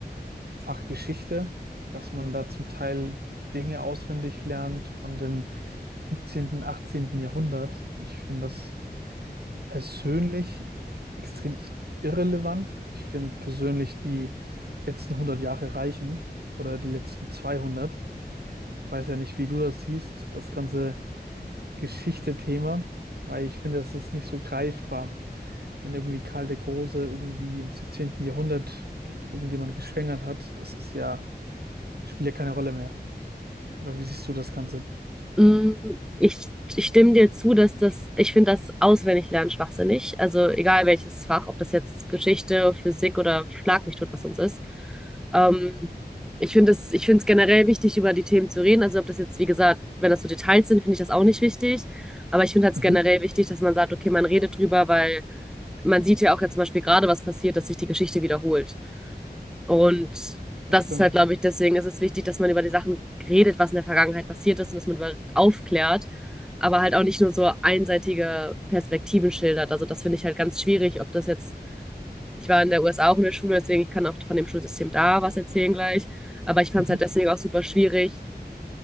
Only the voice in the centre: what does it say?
Mm, Ich, ich stimme dir zu, dass das, ich finde das Auswendiglernen schwachsinnig. Also egal welches Fach, ob das jetzt Geschichte, Physik oder Schlag mich tot, was sonst ist. Ähm, ich finde es, ich finde es generell wichtig, über die Themen zu reden. Also ob das jetzt, wie gesagt, wenn das so Details sind, finde ich das auch nicht wichtig. Aber ich finde halt
generell wichtig, dass man sagt, okay, man redet drüber, weil man sieht ja auch jetzt zum Beispiel gerade, was passiert, dass sich die Geschichte wiederholt. Und
das
ist halt, glaube ich, deswegen ist es wichtig, dass man über die Sachen redet, was in der Vergangenheit passiert ist und dass man über aufklärt, aber halt auch nicht nur so einseitige Perspektiven schildert. Also das finde ich halt ganz schwierig, ob das jetzt, ich war in der USA auch in der Schule, deswegen ich kann auch von dem Schulsystem da was erzählen gleich, aber ich fand
es halt deswegen auch super schwierig,